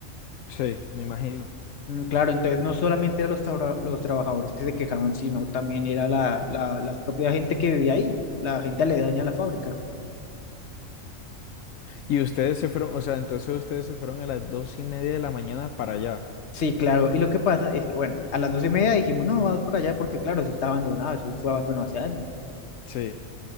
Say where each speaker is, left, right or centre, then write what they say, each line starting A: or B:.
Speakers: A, on the left; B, on the left.
A: Sí, me imagino.
B: Mm, Claro, entonces no solamente eran los, tabra- los trabajadores que se quejaban, sino también era la, la, la propia gente que vivía ahí, la gente aledaña a la fábrica.
A: Y ustedes se fueron, o sea, entonces ustedes se fueron a las dos y media de la mañana para allá.
B: Sí, claro, y lo que pasa es que, bueno, a las doce y media dijimos, no, vamos por allá porque, claro, eso está abandonado, eso fue abandonado hace años.
A: Sí.